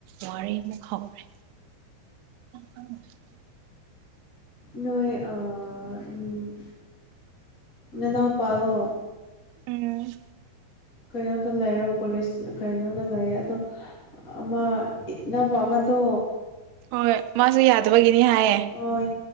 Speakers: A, on the right; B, on the left.
A: ꯋꯥꯔꯤ ꯑꯃ ꯍꯥꯎꯔꯦ ꯑꯣ <inaudible>
B: ꯅꯣꯏ ꯑ ꯎꯝ ꯅꯅꯥꯎ ꯄꯥꯔꯣ
A: ꯎꯝ
B: ꯀꯩꯅꯣꯗ ꯂꯩꯔꯦ ꯀꯣꯂꯦꯖ ꯀꯩꯅꯣꯗ ꯂꯩꯔꯦ ꯑꯗꯣ ꯑꯃ ꯏ ꯅꯕ ꯑꯃꯗꯣ
A: ꯍꯣꯏ ꯃꯥꯁꯨ ꯌꯥꯗꯕꯒꯤꯅꯤ ꯍꯥꯏꯌꯦ
B: ꯑꯣ